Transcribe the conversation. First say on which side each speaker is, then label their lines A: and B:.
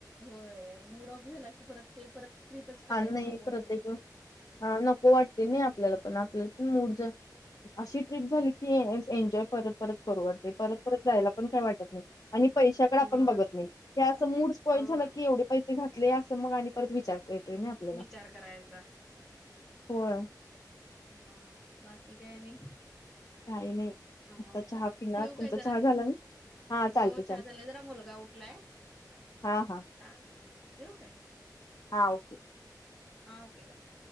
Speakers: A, in the centre; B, on the left.
A: होय मूड ऑफ झाला की परत ते परत ट्ररीपच काढायचं
B: नाही
A: नको होतंय.
B: प्रत्येक वेळ हा नको वाट ते नाही आपल्याला पण आपल्याला पण मूड अशी ट्ररीप झाली की एन्जॉय परत परत करू वाटते परत परत जायला पण काय वाटत नाही. आणि पैशाकडे
A: होय
B: आपण बघत नाही, हे असं मूड स्पॉईंट
A: होय
B: झालं की एवढ पैसे घातले असं मग आणि परत विचार करतोय ना आपल्याला
A: विचार करायचा.
B: होय.
A: हा बाकी काय आणि
B: काही नाही
A: हा
B: आता चहा पिणार
A: ठेवू
B: तुमचा
A: काय जरा
B: चहा झाला. हा चालते
A: हो
B: चालते
A: चहा झालाय जरा मुलगा उठलाय.
B: हा हा
A: ठेवून काय.
B: हा ओके!
A: हा ओके बाय!